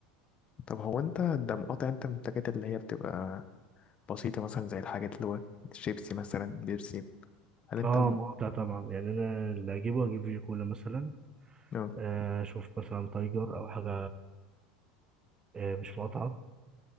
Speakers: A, on the left; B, on the right.
A: طب هو انت ده مقاطع انت من الحاجات اللي هي بتبقى بسيطة مثلا زي الحاجات اللي هو شيبسي مثلا بيبسي هل انت
B: اه مقاطع طبعا يعني انا اللي اجيبه اجيب فيجي كولا مثلا
A: اه
B: آه، اشوف مثلا تايجر او حاجه آه، مش مقاطعه